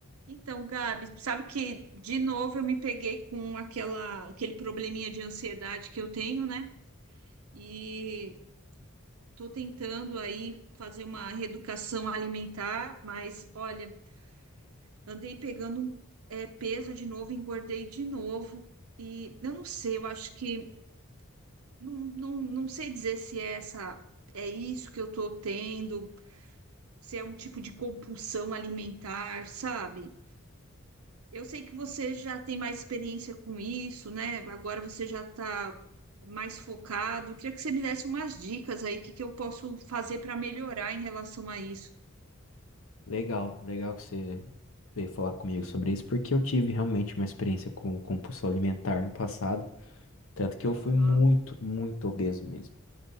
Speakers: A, on the right; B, on the left.
A: Então, Gabi, sabe que de novo eu me peguei com aquela, aquele probleminha de ansiedade que eu tenho, né? E tô tentando aí fazer uma reeducação alimentar, mas olha, andei pegando um, é, peso de novo, engordei de novo. E eu não sei, eu acho que não, não, não sei dizer se é essa, é isso que eu tô tendo, se é um tipo de compulsão alimentar, sabe? Eu sei que você já tem mais experiência com isso, né? Agora você já está mais focado. Queria que você me desse umas dicas aí, o que que eu posso fazer para melhorar em relação a isso.
B: Legal, legal que você veio falar comigo sobre isso, porque eu tive realmente uma experiência com compulsão alimentar no passado, tanto que eu
A: Aham.
B: fui muito, muito obeso mesmo.